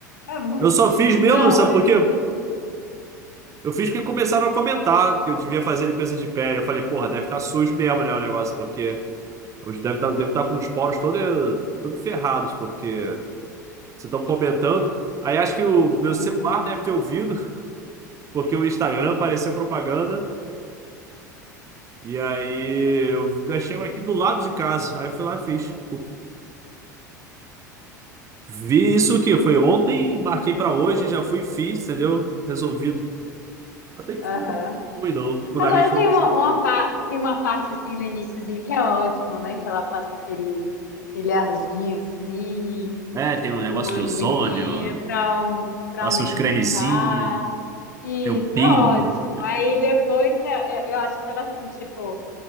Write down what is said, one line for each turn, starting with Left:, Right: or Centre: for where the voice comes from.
Left: É muito.
Right: Eu só fiz mesmo,
Left: Não,
Right: sabe
Left: eu
Right: por quê? Eu fiz porque começaram a comentar que eu devia fazer limpeza de pé. Eu falei, porra, deve estar sujo mesmo, né, o negócio, porque hoje deve estar deve estar com os poros todos todo ferrados, porque vocês estão comentando. Aí acho que o meu celular
Left: Uhum.
Right: deve ter ouvido, porque o Instagram apareceu propaganda. E aí eu achei um aqui do lado de casa. Aí eu fui lá e fiz. Vi isso que foi ontem, marquei
Left: Qualquer coisa
Right: pra hoje,
Left: que.
Right: já fui e fiz, entendeu? Resolvido. Até que foi
Left: Aham.
Right: ruim, não. Com
Left: Agora
Right: o nariz todo
Left: tem
Right: inchado.
Left: uma, uma, pa- tem uma parte assim no iniciozinho que é ótimo, né? Que ela passa aquele, aquele arzinho assim.
Right: É, tem um negócio
Left: uma
Right: de
Left: aguinha
Right: ozônio.
Left: para para
Right: Passa
Left: umidificar.
Right: uns cremezinhos,
Left: Isso
Right: tem um peeling.
Left: é ótimo. Aí depois eu, eu eu acho que ela assim, tipo,